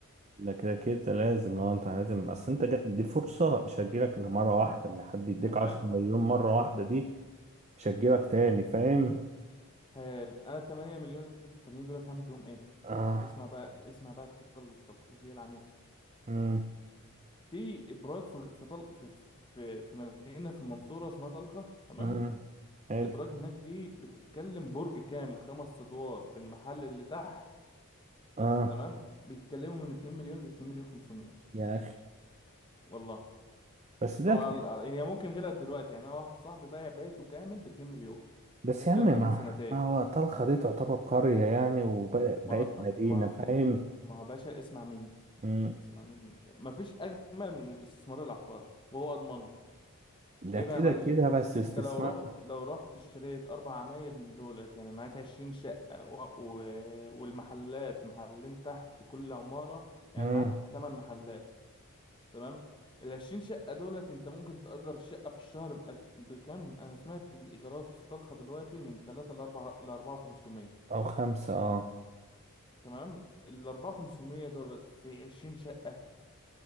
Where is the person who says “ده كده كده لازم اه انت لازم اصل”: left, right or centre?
Right